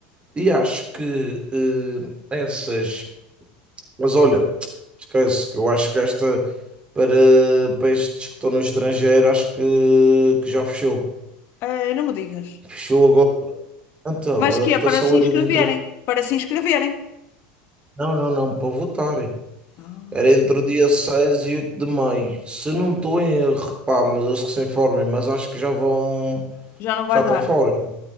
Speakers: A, on the right (about 25°); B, on the left (about 55°).
A: E acho que eh, essas. Mas olha, esquece que eu acho que esta para, para estes que estão no estrangeiro, acho que, que já fechou.
B: Ah, não me digas.
A: Fechou agora. Então,
B: Mas
A: a
B: que
A: votação
B: é para se
A: era
B: inscreverem,
A: de entre.
B: para se inscreverem.
A: Não, não, não, para votarem.
B: Ah,
A: Era entre o dia seis e oito de maio. Se não estou em erro, pá, mas eles que se informem, mas acho que já vão.
B: Já não vai
A: Já estão
B: dar.
A: fora. Não,